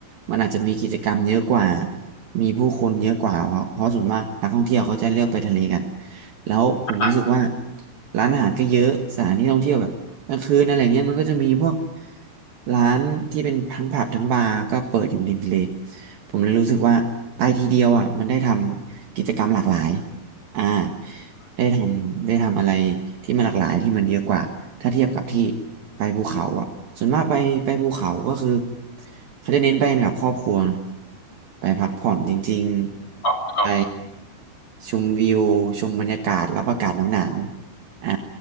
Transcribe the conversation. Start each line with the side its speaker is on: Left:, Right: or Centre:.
Right: มันอาจจะมีกิจกรรมเยอะกว่ามีผู้คนเยอะกว่าเพราะเพราะส่วนมากนักท่องเที่ยวเขาจะเลือกไปทะเลกันแล้วผมรู้สึกว่า
Left: อ่ะ
Right: ร้านอาหารก็เยอะสถานที่ท่องเที่ยวแบบ กลางคืนอะไรเงี้ยมันก็จะมีพวกร้านที่เป็นทั้งผับทั้งบาร์ก็เปิดอยู่ริมทะเลผมเลยรู้สึกว่าไปทีเดียวอ่ะมันได้ทำกิจกรรมหลากหลายอ่าได้ทำได้ทำอะไรที่มันหลากหลายที่มันเยอะกว่าถ้าเทียบกับที่ไปภูเขาอ่ะส่วนมากไปไปภูเขาก็คือเขาจะเน้นไปกันกับครอบครัวนะไปพักผ่อนจริงๆไป
Left: ออกออก
Right: ชมวิวชมบรรยากาศรับอากาศหนาวๆอ่า